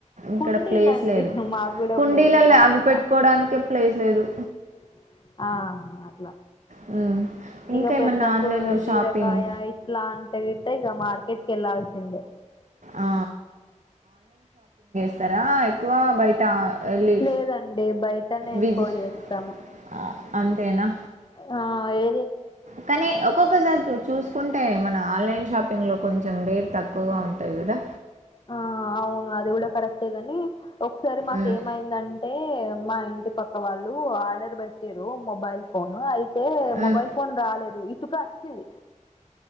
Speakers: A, on the right; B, on the left.
A: ఇక్కడ
B: కుండీలండి
A: ప్లేస్ లేదు
B: మాకు కూడా
A: కుండీలలో
B: ప్లేస్ లేదు గానీ
A: అవి
B: ఇగ
A: పెట్టుకోవటానికే ప్లేస్లేదు
B: ఆహ
A: మ్మ్ ఇంకా
B: ఇక
A: ఏమన్నా
B: పెద్ద
A: ఆన్లైన్లో
B: కూరగాయలు బీరకాయ
A: షాపింగ్
B: ఇట్లా అంత గిట్టా ఇక మార్ కెట్ కెళ్ళాల్సిందే
A: ఆ, ఇస్తారా ఎక్కువ బయట వెళ్ళి
B: లేదండి బయటనే ఎక్కువ
A: విజి
B: చేస్తాము
A: ఆ, అంతేనా
B: ఆ ఏ
A: కానీ ఒక్కొక్కసారి చూసుకుంటే మన ఆన్లైన్ షాపింగ్ లో కొంచెం రెట్ తక్కువ క్కువగా ఉంటాయి కదా
B: ఆ అవును అది కూడా కరెక్టే గాని ఒకసారి మాకేమైందంటే
A: మ్మ్.
B: మా ఇంటి పక్క వాళ్ళు ఆర్డర్ పెట్టారు మొబైల్ ఫోన్ అయి తే
A: మ్మ్.
B: మొబైల్ ఫోన్ రాలేదు ఇటుక వచ్చింది